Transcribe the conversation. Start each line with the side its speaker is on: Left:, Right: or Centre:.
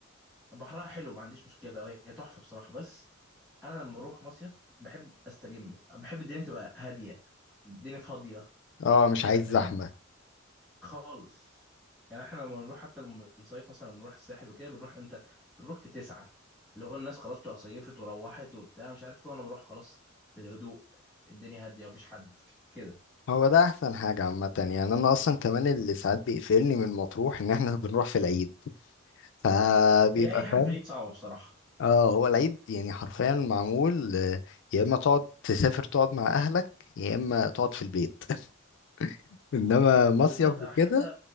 Centre: بحرها حلو ما عنديش مشكلة هي هي تحفة بصراحة بس أنا لما بروح مصيف بحب أستجم بحب الدنيا تبقى هادية الدنيا فاضية
Left: اه مش
Centre: كده
Left: عايز
Centre: فاهم
Left: زحمة
Centre: خالص يعني احنا لما بنروح حتى لما بنصيف مثلا بنروح الساحل وكده بنروح امتى؟ بنروح في تسعة اللي هو الناس خلاص بتبقى صيفت وروحت وبتاع مش عارف ايه وأنا بروح خلاص في الهدوء الدنيا هادية مفيش حد كده
Left: هو ده احسن حاجة عامة يعني انا اصلا كمان اللي ساعات بيقفلني من مطروح ان احنا بنروح في العيد فبيبقى
Centre: هي أي حاجة
Left: فاهم
Centre: في العيد صعبة بصراحة
Left: اه هو العيد يعني حرفيا معمول آه، يا اما تقعد تسافر تقعد مع اهلك يا اما تقعد في البيت <laughs> انما مصيف
Centre: بالظبط أنا
Left: وكده
Centre: حتى